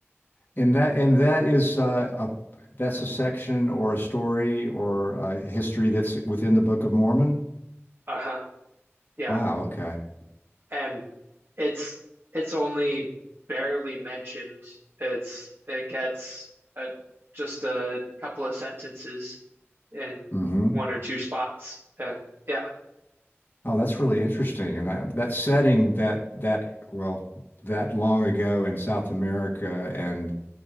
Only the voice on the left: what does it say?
And that and that is uh, a that's a section or a story or a history that's within the Book of Mormon.
Wow. Okay.
hmm
Oh, that's really interesting. And that that setting that that well that long ago in South America and